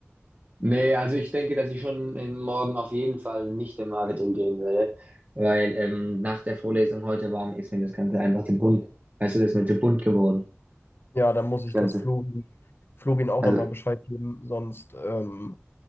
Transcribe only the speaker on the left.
ja, dann muss
ich
das Florin, Florin auch
nochmal Bescheid geben, sonst, ähm,